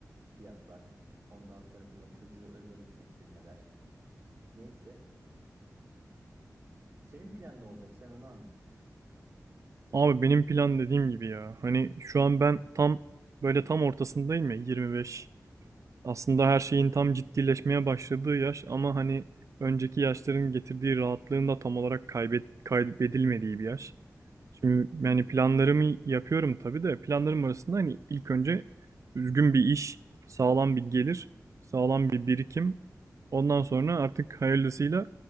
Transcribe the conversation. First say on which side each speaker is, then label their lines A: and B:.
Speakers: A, on the right; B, on the right.
A: fiyatlar. Ondan sonracıma çocuğu özel hissettirmeler. Neyse. Senin plan ne olacak? Sen onu anlat.
B: Abi benim plan dediğim gibi ya. Hani şu an ben tam böyle tam ortasındayım ya 25 Aslında her şeyin tam ciddileşmeye başladığı yaş ama hani önceki yaşların getirdiği rahatlığın da tam olarak kaybet, kaybedilmediği bir yaş. Şimdi
A: Hı hı.
B: yani planlarımı yapıyorum tabii de planlarım arasında hani ilk önce düzgün bir iş, sağlam bir gelir, sağlam bir birikim. Ondan sonra artık hayırlısıyla